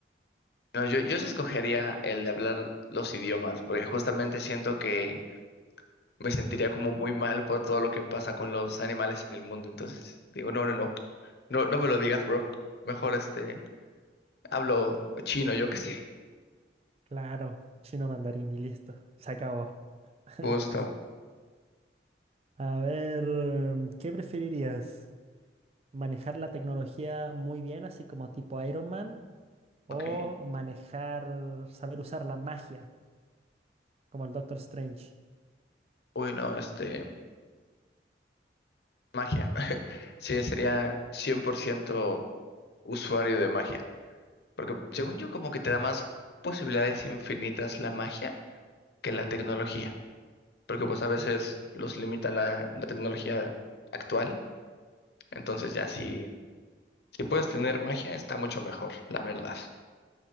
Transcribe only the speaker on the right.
Claro, chino mandarín y listo, se acabó. <laughs>
A ver, em, ¿qué preferirías? ¿Manejar la tecnología muy bien, así como tipo Iron Man? ¿O
manejar, saber usar la magia, como el Doctor Strange?